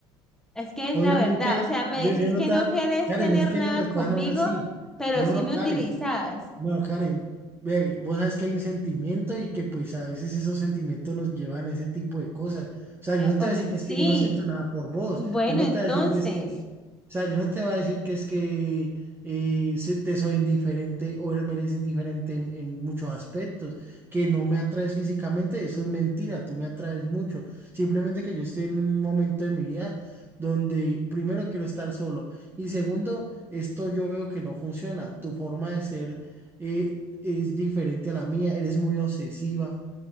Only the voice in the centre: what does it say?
Es que es
la verdad, o sea, me
decís
que
no querés
tener
nada
conmigo,
pero
sí
me
utilizás.
Eh,
oh,
sí,
bueno,
entonces,